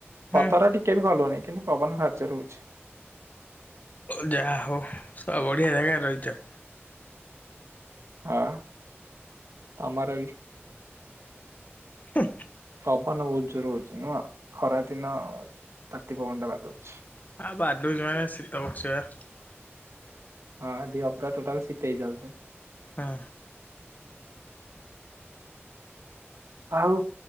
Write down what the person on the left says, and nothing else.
ହୁଁ।
ହଉ ଯାହା ହଉ ସବ ବଢିଆ ଜାଗାରେ ରହିଚ।
ହେ
ଆଉ ବାଡଉଛି ମାନେ ଶୀତ କରୁଛିବା।
ଆଁ।